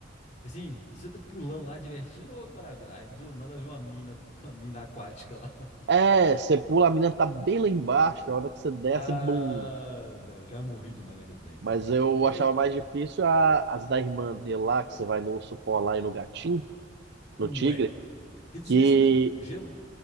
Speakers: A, on the left; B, on the right.
A: Assim, você tá pulando lá, divertindo, ô, que maravilha. Aí do nada vem uma mina, uma mina aquática lá. <laughs>
B: É, você pula, a menina tá bem lá embaixo, a hora que você desce,
A: Ah,
B: bum.
A: velho, já morri demais naquele trem, viu?
B: Mas eu
A: Outra,
B: achava mais difícil a- as da irmã dele lá, que você vai no urso polar e no gatinho,
A: ué,
B: no tigre,
A: que desliza,
B: que
A: né? Gelo.